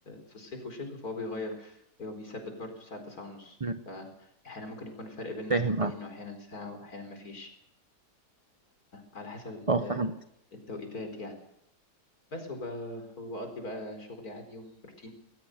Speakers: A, on the left (about 60°); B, on the right (about 35°).
A: في الصيف والشتاء فهو بيغير هو بيثبت برضه الساعة تسعة ونص
B: امم
A: فأحيانا ممكن يكون الفرق بيننا
B: فاهم
A: ساعتين
B: اه
A: وأحيانا ساعة وأحيانا مفيش على حسب ال-
B: اه فاهم
A: التوقيتات يعني بس وب... وبقضي بقى شغلي عادي يوم روتين